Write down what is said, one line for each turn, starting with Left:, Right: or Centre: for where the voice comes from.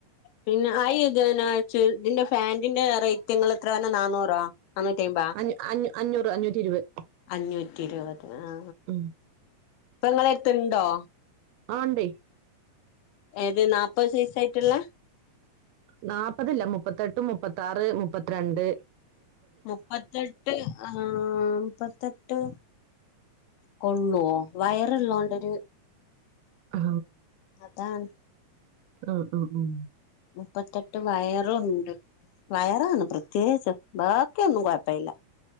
Left: പിന്നെ ആയി തിനെച്ച് ഇതിന്റെ ഫാറ്റിന്റെ റേറ്റ്ങ്ങള്എത്ര റഞ്ഞാ നാനൂ റോ നാന്നൂറ്റി അയ്മ്പോ
Right: അഞ്ഞൂ അഞ്ഞൂ അഞ്ഞൂറ് അഞ്ഞൂറ്റി ഇരുപത്
Left: അഞ്ഞൂ റ്റിഇരുപത് ആ
Right: ഉം
Left: ഇപ്പൊ ഇങ്ങളെ ട് ത്ത്ണ്ടോ
Right: ആണ്ടേ
Left: ഏത് നാപ്പത് സൈസായിട്ട്ള്ളേ
Right: നാപ്പതില്ല മുപ്പത്തെട്ട് മുപ്പത്താറ് മുപ്പത്രണ്ട്
Left: മുപ്പത്തെട്ട് ആ മുപ്പത്തെട്ട് കൊള്ളാ വയറ്ള്ളോണ്ടൊര്
Right: ആ
Left: അതാണ്
Right: ആ ആ ഉം
Left: മുപ്പത്തെട്ട് വയറുംണ്ട് വയറാണ് പ്രത്യേച്ച് ബാക്കിയൊന്നും കൊഴപ്പല്ല